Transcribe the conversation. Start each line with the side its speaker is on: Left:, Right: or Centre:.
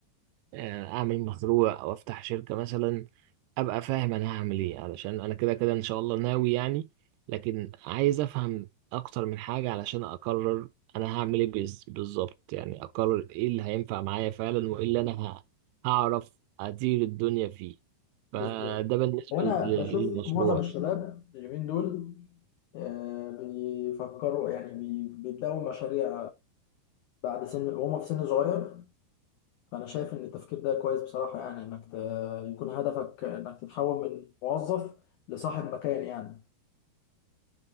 Right: آه، اعمل مشروع او افتح شركه مثلا ابقى فاهم انا هعمل ايه علشان انا كده كده ان شاء الله ناوي يعني لكن عايز افهم اكتر من حاجه علشان اقرر انا هعمل ايه بز- بالظبط يعني اقرر ايه اللي هينفع معايا فعلا وايه اللي انا ه- هعرف ادير الدنيا فيه
Left: بالظبط
Right: فده بالنسبه
Left: هو أنا
Right: لل-
Left: بشوف
Right: للمشروع
Left: معظم الشباب اليومين دول آه، بيفكروا يعني بي- بيبدأوا مشاريع بعد سن وهم في سن صغير فأنا شايف إن التفكير ده كويس بصراحة يعني إنك ت... يكون هدفك إنك تتحول من موظف لصاحب مكان يعني